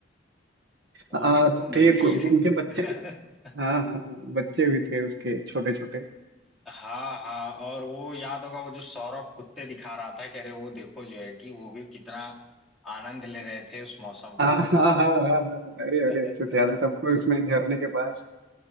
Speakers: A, in the centre; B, on the right (about 60°).
A: वो
B: आ,
A: भी तो तुम देखे
B: थे को-
A: ही थे
B: उनके बच्चे
A: <laughs>
B: हाँ हाँ बच्चे भी थे उसके छोटे छोटे
A: हाँ हाँ और वो याद होगा वो जो सौरभ कुत्ते दिखा रहा था कह रहे वो देखो जो है कि वो भी कितना आनंद ले रहे थे उस मौसम
B: हाँ
A: का
B: हाँ हाँ हाँ, हाँ,
A: <laughs>
B: अरे अरे अच्छे से याद है सबको उसमें झरने के पास